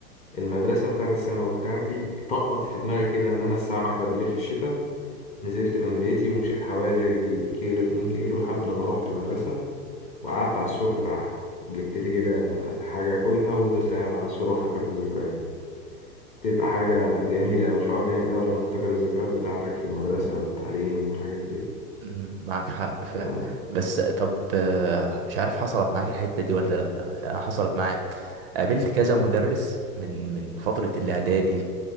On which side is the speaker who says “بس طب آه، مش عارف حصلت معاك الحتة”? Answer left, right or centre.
Right